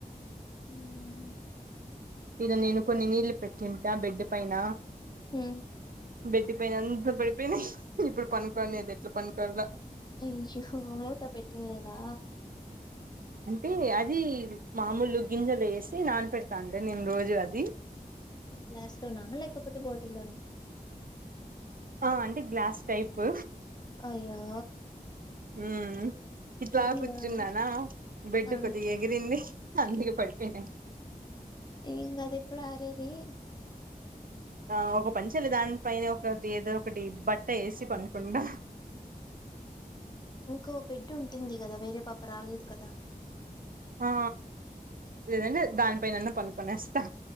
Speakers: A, on the left; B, on the right.
A: హ్మ్
B: ఈడ నేను కొన్ని నీళ్లు పెట్టింటా బెడ్డు పైన
A: హ
B: బెడ్డి పైన అంత పడిపెయ్ నాయ్ ఇబ్బుడు పనుకొనెదెట్ల పనుకోల్ల
A: అయ్యో మూత పెట్టిండ్లేదా
B: అంటే అది మామొలు గింజలు ఏసి నాన్ పెడ్ తాండ్రి నేను రోజు అది
A: ఒహొ గ్లాస్ లోనా లేకపోతే బాటిల్లోనా
B: ఆ అంటే గ్లాస్ టైపు
A: అయ్యో
B: ఉ ఇట్లా
A: అది
B: కుచ్చున్నానా
A: కాదు
B: బెడ్డు
A: ఆ
B: కొద్దిగా ఎగిరింది అందుకే పడిపెయ్ నాయ్
A: ఏందది ఎప్పుడు ఆరేది
B: ఆ ఒక పని చెయల్లేదు దాన్ పైనే ఒకటి ఏదో ఒకటి బట్ట ఏసి పనుకుండా
A: కో బెడ్డుంటుంది గదా వేరే పాప రాలేదు కదా
B: హా లేదంటే దానిపైనన్న పనుకుొనేస్తా